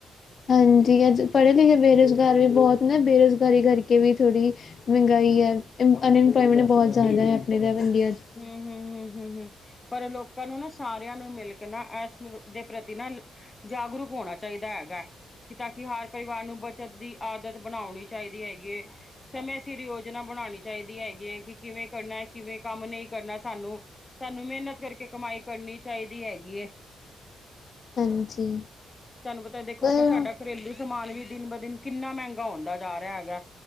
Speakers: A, on the left; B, on the left.
A: ਹਾਂਜੀ ਅਜ ਪੜ੍ਹੇ-ਲਿਖੇ ਬੇਰੋਜ਼ਗਾਰ ਵੀ ਬੋਹਤ ਨੇ ਬੇਰੋਜ਼ਗਾਰੀ ਕਰਕੇ ਵੀ ਥੋੜ੍ਹੀ ਮਹਿੰਗਾਈ ਐ ਇ ਅਨਇਮਪਲੋਇਮੈਂਟ ਬੋਹਤ ਜ਼ਿਆਦਾ ਹੈ ਆਪਣੇ ਤਾਂ ਇੰਡੀਆ ਚ
B: ਹੂੰ-ਹੂੰ-ਹੂੰ-ਹੂੰ-ਹੂੰ। ਪਰ ਲੋਕਾਂ ਨੂੰ ਨਾ ਸਾਰੇਆਂ ਨੂੰ ਮਿਲ ਕੇ ਨਾ ਐਸ ਦੇ ਪ੍ਰਤੀ ਨਾ ਜਾਗਰੂਕ ਹੋਣਾ ਚਾਇਦਾ ਹੈਗਾ। ਕਿ ਤਾਂ ਕਿ ਹਰ ਪਰਿਵਾਰ ਨੂੰ ਬੱਚਤ ਦੀ ਆਦਤ ਬਣਾਉਣੀ ਚਾਇਦੀ ਹੈਗੀ ਏ। ਸਮੇਂ ਸਿਰ ਯੋਜਨਾ ਬਣਾਉਣੀ ਚਾਇਦੀ ਹੈਗੀ ਏ ਕਿ ਕਿਵੇਂ ਕਰਨਾ ਕਿਵੇਂ ਕੰਮ ਨਈ ਕਰਨਾ ਸਾਨੂੰ, ਸਾਨੂੰ ਮੇਨਤ ਕਰਕੇ ਕਮਾਈ ਕਰਨੀ ਚਾਇਦੀ ਹੈਗੀ ਏ।
A: ਹਾਂਜੀ।
B: ਤੁਹਾਨੂੰ ਪਤਾ ਦੇਖੋ
A: ਪਰ
B: ਸਾਡਾ ਘਰੇਲੂ ਸਮਾਨ ਵੀ ਦਿਨ ਬ ਦਿਨ ਕਿੰਨਾ ਮੈੰਗਾ ਹੁੰਦਾਂ ਜਾ ਰੇਆ। ਗੈ